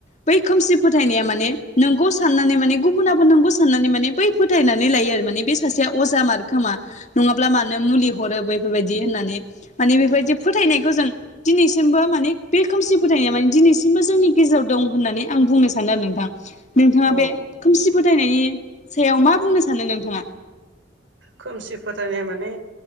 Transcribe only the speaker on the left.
बै खोमसि फोथायनाया माने नोंगौ साननानै माने गुबुनाबो नोंगौ साननानै माने बै फोथायनानै लायो आरो। माने बे सासेया अजा मार खोमा नङाब्ला मानो मुलि हरो बेफोरबायदि होननानै। माने बेफोरबायदि फोथायनायखौ जों दिनै सिमबो माने बे खोमसि फोथायनाया माने दिनैसिमबो जोंनि गेजेराव दं होननानै आं बुंनो सानो आरो नोंथां। नोंथाङा
बे खोमसि फोथायनायनि सायाव मा बुंनो सानो नोंथाङा?